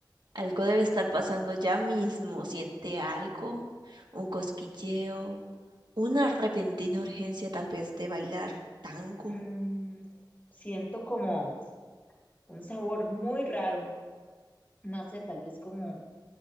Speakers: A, on the right; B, on the left.
A: Algo debe estar pasando ya mismo. ¿Siente algo? Un cosquilleo, una repentina urgencia tal vez de bailar tango.
B: Mm, siento como un sabor muy raro. no sé, tal vez como,